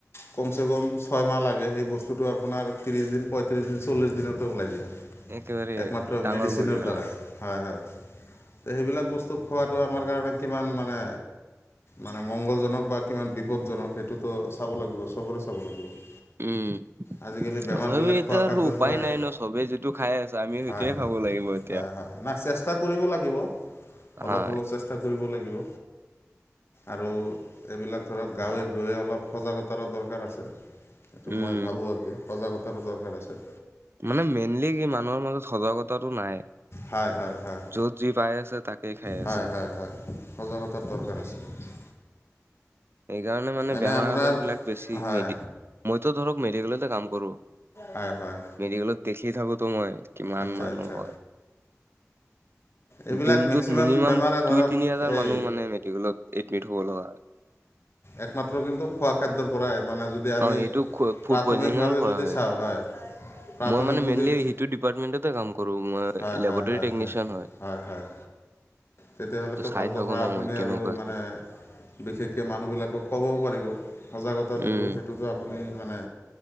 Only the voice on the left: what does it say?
কমচে কম ছয় মাহ লাগে সেই বস্তুটো আপোনাৰ ত্ৰিছ দিন পঁয়ত্ৰিছ দিন চল্লিছ দিনতো ওলাই দিয়ে।
একমাত্ৰ
মেডিচিনৰ
দ্বাৰাই হয় হয়ো সেইবিলাক বস্তু খোৱাটো আম। আমাৰ কাৰণে কিমান মানে মানে মংগলজনক বা কিমান বিপদজনক। সেইটোতো চাব লাগিব চবৰে চাব লাগিব।
আজিকালি
বেমাৰবিলাক
খোৱা খাদ্যৰ
পৰাই
হয়
হয় হয় নাই চেষ্টা কৰিব লাগিব অলপ
হ'লেও চেষ্টা কৰিব লাগিব। আৰু এইবিলাক ধৰক গাঁৱে ভূঞে অলপ সজাগতাৰো দৰকাৰ আছে। এইটো
মই ভাবো আৰু কি সজাগতাৰো দৰকাৰ আছে।
হয় হয় হয়
হয়
হয় হয় সজাগতাৰ দৰকাৰ আছে।
এনে
আপোনাৰ
হয়
হয় হয়
আচ্ছা
আচ্ছা
এইবিলাক
মেক্সিমাম
বেমাৰে ধৰক
এই
একমাত্ৰ কিন্তু খোৱা খাদ্যৰ পৰাই মানে যদি আমি।
প্ৰাথমিকভাৱে
যদি
চাওঁ প্ৰাথমিক
যদি
হয় হয়
হয়
হয় তেতিয়াহলেতো
ভাল
কথা
আপুনি
আৰু মানে।
বিশেষকৈ মানুহবিলাকক ক'বও পাৰিব সজাগতা
যিটো সেইটোতো আপুনি মানে।